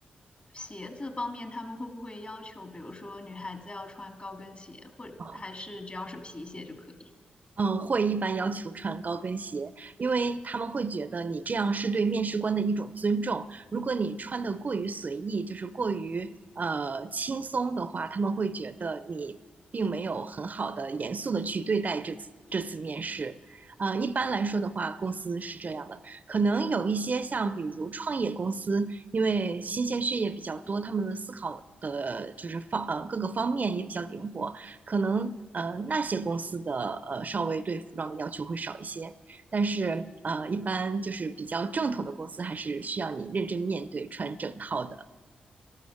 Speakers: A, on the left; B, on the right.
A: 鞋子方面，他们会不会要求，比如说女孩子要穿高跟鞋，或还是只要是皮鞋就可以？
B: 啊嗯，会一般要求穿高跟鞋，因为他们会觉得你这样是对面试官的一种尊重。如果你穿的过于随意，就是过于呃轻松的话，他们会觉得你并没有很好的严肃的去对待这次这次面试。呃，一般来说的话，公司是这样的，可能有一些像比如创业公司，因为新鲜血液比较多，他们的思考的就是方呃各个方面也比较灵活，可能呃那些公司的呃稍微对服装的要求会少一些，但是呃一般就是比较正统的公司还是需要你认真面对穿整套的。